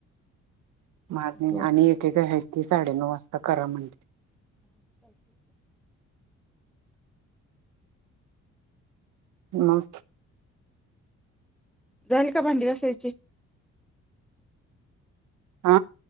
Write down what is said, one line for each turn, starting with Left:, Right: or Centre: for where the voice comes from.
Right: मागणी
Centre: बर.
Right: आणि एकेक हायती साडेनऊ वाजता करा म्हण
Centre: <unintelligible>
Right: मग
Centre: झाली का भांडी घासायची?
Right: आ